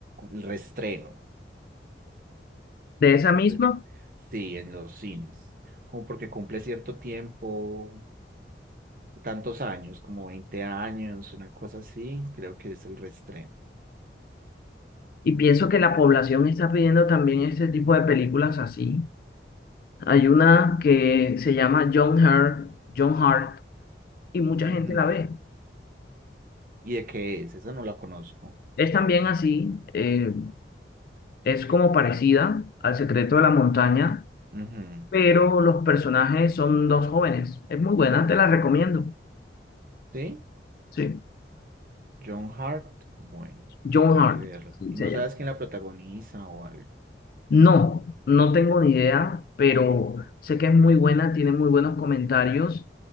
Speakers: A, on the right (about 50°); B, on the left (about 50°).
A: el reestreno,
B: De esa misma,
A: por de- sí, en los cines, como porque cumple cierto tiempo tantos años, como 20 años, una cosa así, creo que es el reestreno.
B: y pienso que la población está pidiendo también ese tipo de películas así Hay una que se llama John Hart, John Hart, y mucha
A: Ujú.
B: gente la ve.
A: ¿Y de qué es? Esa no la conozco.
B: Es también así, eh, es como parecida al Secreto de la Montaña,
A: Ujú.
B: pero los personajes son dos jóvenes. Es muy buena, te la recomiendo.
A: ¿Sí?
B: Sí,
A: John Hart, bueno,
B: John
A: tendré
B: Hart,
A: que verla.
B: sí,
A: ¿Y
B: se
A: no
B: llama.
A: sabes quién la protagoniza o algo?
B: No, no tengo ni idea, pero sé que es muy buena, tiene muy buenos comentarios